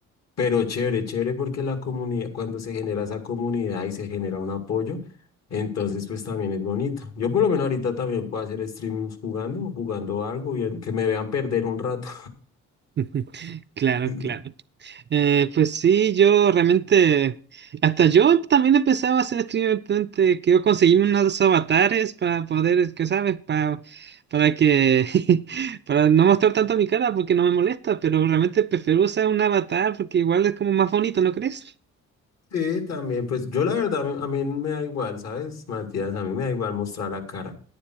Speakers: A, on the left; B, on the right.
A: pero chévere, chévere porque la comunidad, cuando se genera esa comunidad y se genera un apoyo, entonces pues también es bonito. Yo por lo menos ahorita también puedo hacer streams jugando, jugando algo, bien, que me vean perder un rato.
B: <laughs> Claro,
A: <laughs>
B: claro. Eh, pues sí, yo realmente, hasta yo también empezaba a hacer streamer, realmente, que yo conseguí unos avatares para poder, que sabes, para, para que, <laughs> para no mostrar tanto mi cara porque no me molesta, pero realmente prefiero usar un avatar porque igual es como más bonito, ¿no crees?
A: Sí, también, pues yo la verdad, a mí, a mí me da igual, ¿sabes, Matías? A mí me da igual mostrar la cara.